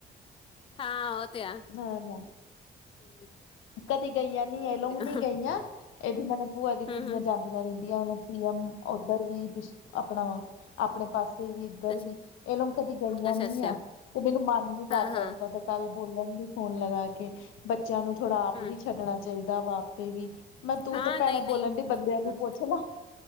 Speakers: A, on the left; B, on the left.
A: ਹਾਂ ਉਹ ਤੇ ਆ
B: ਹੈ ਨਾ।
A: ਹੂੰ
B: ਕਦੀ ਗਈਆਂ ਨੀ
A: ਹਾਂ
B: ਇਹ ਲੋਗ
A: ਤੇ ਆ।
B: ਨੀ ਗਈਆਂ ਇਹ ਵੀ ਮਨ ਭੂਆ
A: ਹੂੰ
B: ਦੀ ਕੁੜੀਆਂ
A: ਹੂੰ
B: ਜਾਂਦੀ ਰਹਿੰਦੀਆਂ ਉਹ ਪੀ ਐਮ ਉਧਰ ਵੀ ਆਪਣਾ ਆਪਣੇ ਪਾਸੇ ਇਥੇ ਵੀ ਇੱਧਰ
A: ਅੱਛਾ
B: ਵੀ ਇਹ ਲੋਕ ਕਦੀ ਗਈਆਂ
A: ਅੱਛਾ
B: ਨੀ
A: ਅੱਛਾ
B: ਆ ਤੇ ਮੈਨੂੰ ਮਨ ਨੀ ਕਰਦਾ
A: ਹਾਂ ਹਾਂ
B: ਜਿੱਦਾਂ। ਤੇ ਕੱਲ ਬੋਲਣ ਦੀ ਫੋਨ ਲੱਗਾ ਕੇ ਬੱਚਿਆਂ ਨੂੰ ਥੋੜਾ ਆਪ
A: ਹੂੰ
B: ਵੀ ਛੱਡਣਾ। ਚਾਹੀਦਾ ਵਾ ਆਪੇ ਵੀ ਮੈਂ ਤੂੰ
A: ਹਾਂ
B: ਤੇ ਭੈਣ
A: ਨਹੀਂ ਨਹੀਂ
B: ਬੋਲਣ ਡਈ ਬੰਦਿਆਂ ਨੂੰ
A: ਹੂੰ
B: ਪੁੱਛ ਲਾ।